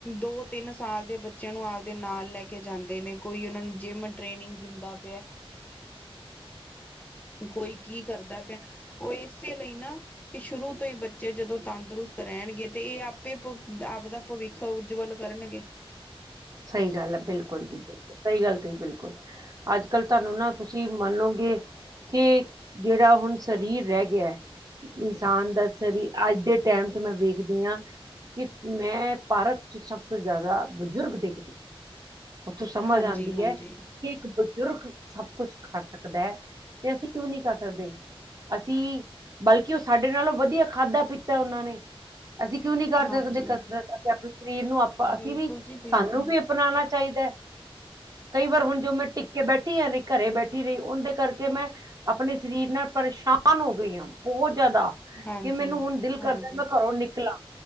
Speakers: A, on the left (about 15°); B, on the right (about 40°).
A: ਦੋ-ਤਿੰਨ ਸਾਲ ਦੇ ਬੱਚਿਆਂ ਨੂੰ ਦੇ ਨਾਲ ਲੈ ਕੇ ਜਾਂਦੇ ਨੇ ਕੋਈ ਉਹਨਾ ਨੂੰ ਜਿੰਮ ਟ੍ਰੇਨਿੰਗ ਦਿੰਦਾ ਪਿਆ ਕੋਈ ਕੀ ਕਰਦਾ ਪਿਆ ਉਹ ਇਸੇ ਲਈ ਨਾ ਕਿ ਸ਼ੁਰੂ ਤੋਂ ਹੀ ਬੱਚੇ ਜਦੋਂ ਤੰਦਰੁਸਤ ਰਹਿਣਗੇ ਤੇ ਇਹ ਆਪੇ ਆਪਦਾ ਭਵਿੱਖ ਉਜਵਲ ਕਰਣਗੇ।
B: ਸਹੀ ਗੱਲ ਹੈ ਬਿਲਕੁਲ-ਸਹੀ ਗੱਲ ਕਹੀ ਬਿਲਕੁਲ ਅੱਜ-ਕੱਲ ਧਰਮ ਨਾਲ ਤੁਸੀਂ ਮਨੋਗੇ ਕਿ ਜਿਹੜਾ ਹੁਣ ਸਰੀਰ ਰਹਿ ਗਿਆ ਤਾ ਇਨਸਾਨ ਦਾ ਸ਼ਰੀਰ ਅੱਜ ਦੇ ਟੈਮ ਚ ਮੈਂ ਵੇਖਦੀ ਹਾਂ। ਕਿ ਮੈਂ ਭਾਰਤ ਚ ਸਭ ਤੋਂ ਜ਼ਿਆਦਾ ਬਜ਼ੁਰਗ ਦੇ ਉੱਥੋਂ ਸਮਝ
A: ਹਾਂਜੀ
B: ਆਉਂਦੀ
A: ਹਾਂਜੀ
B: ਹੈ। ਕਿ ਇੱਕ ਬਜ਼ੁਰਗ ਸਭ ਕੁਛ ਕਰ ਸਕਦਾ ਹੈ, ਤੇ ਅਸੀਂ ਕਿਉਂ ਨਹੀਂ ਕਰ ਸਕਦੇ ਅਸੀਂ ਬਲਕਿ ਉਹ ਸਾਡੇ ਨਾਲੋਂ ਵਧੀਆ ਖਾਧਾ ਪੀਤਾ ਉਹਨਾਂ ਨੇ, ਅਸੀਂ ਕਿਉਂ ਨੀ ਕਰ
A: ਹਾਂਜੀ
B: ਸਕਦੇ ਕਸਰਤ ਅਸੀਂ ਆਪਣੇ ਸਰੀਰ ਨੂੰ ਆਪਾਂ ਅਸੀਂ
A: ਬਿਲਕੁਲ
B: ਵੀ
A: ਜੀ ਬਿਲਕੁਲ।
B: ਸਾਨੂੰ ਵੀ ਬਣਾਣਾ ਚਾਹੀਦਾ। ਕਈ ਵਾਰ ਹੁਣ ਜੋ ਮੈਂ ਟਿੱਕੇ ਬੈਠੀ ਆ ਘਰੇ ਬੈਠੀ ਰਹੀ ਉਂਦੇ ਕਰਕੇ ਮੈਂ ਆਪਣੇ ਸ਼ਰੀਰ ਨਾਲ ਪਰੇਸ਼ਾਨ ਹੋ ਗਈ ਹਾ, ਬਹੁਤ ਜ਼ਿਆਦਾ।
A: ਹਾਂਜੀ,
B: ਕਿ ਮੈਨੂੰ ਹੁਣ ਦਿਲ
A: ਹਾਂਜੀ,
B: ਕਰਦਾ ਮੈਂ ਘਰੋਂ ਨਿਕਲਾਂ